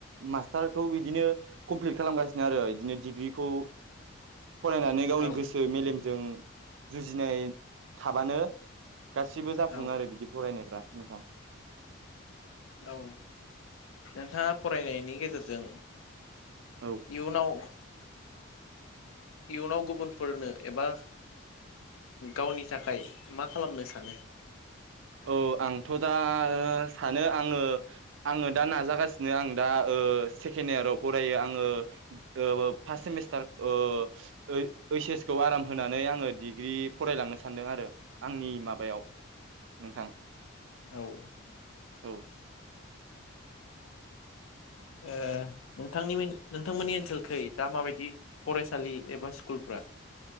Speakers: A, on the right (about 70°); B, on the left (about 80°).
A: मास्टार। खौ बिदिनो कमप्लिट खालामगासिनो आरो बिदिनो डिग्रिखौ। फरायनानै गावनि
B: औ
A: गोसो मेलेमजों जुजिनाय थाबानो। गासिबो जाफुङो
B: औ
A: आरो बिदि फरायनायफ्रा नोंथां।
B: औ नोंथाङा फरायनायनि गेजेरजों।
A: औ
B: इयुनाव‌। इयुनाव गुबुनफोरनो एबा। गावनि थाखाय मा खालामनो सानो?
A: औ आंथ' दा सानो आङो-आङो दा नाजागासिनो आं दा ओ सेक। सेकेण्ड इयाराव फरायो आङो ओ फार्स्ट सेमिस्टार ओ-ओइ। ओइस-एस खौ आराम होनानै आङो डिग्रि फरायलांनो सानदों आरो आंनि माबायाव। नोंथां
B: औ।
A: औ
B: ओ नोंथांनि-नोंथांमोननि ओनसोलखै दा माबायदि फरायसालि एबा स्कुलफोर। <inaudible>